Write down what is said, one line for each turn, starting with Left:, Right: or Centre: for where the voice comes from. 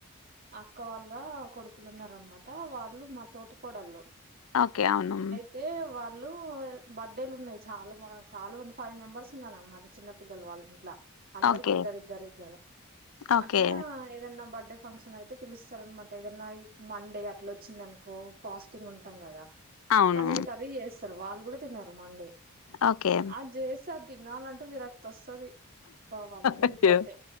Right: అక్క వాళ్ళ ళ్ళ కొడుకులు ఉన్నారనమాట వాళ్ళు మా తోటి కోడళ్లు
Left: ఓకే అవును
Right: అయితే వాళ్ళు బర్త్డేలు ఉన్నాయి చాలా చాలా మంది ఫైవ్ మెంబర్స్ ఉన్నారన్న మరి చిన్నపిల్లలు వాళ్ళ ఇంట్లా అందరికి
Left: ఓకే.
Right: ఇద్దరిద్దరి ఇద్దరు
Left: ఓకే.
Right: అట్లా ఏదన్నా బర్త్డే ఫంక్షన్ అయితే పిలుస్త స్తార్ అనమాట ఏదన్నా ఈ మండే అట్లా వచ్చింది అనుకో ఫాస్టింగ్ ఉంటాం కదా
Left: అవును.
Right: పన్నీర్ కర్రీ చేస్తారు వాళ్ళు కూడా తినరు మండే
Left: ఓకే.
Right: అది చేస్త అది తినాలంటే విరక్తి వస్తది బా వాళింటికి
Left: అయ్యో!
Right: పోతే